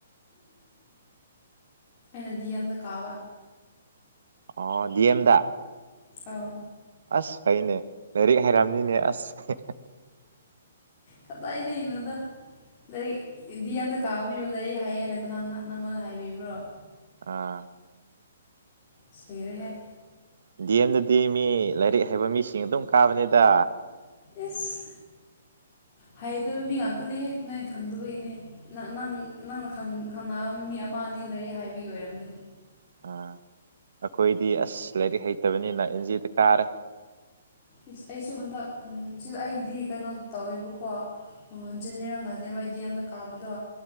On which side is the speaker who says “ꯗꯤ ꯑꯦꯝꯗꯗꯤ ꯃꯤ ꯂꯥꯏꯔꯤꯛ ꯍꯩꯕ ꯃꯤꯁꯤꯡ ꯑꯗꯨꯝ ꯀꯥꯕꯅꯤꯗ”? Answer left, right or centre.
Right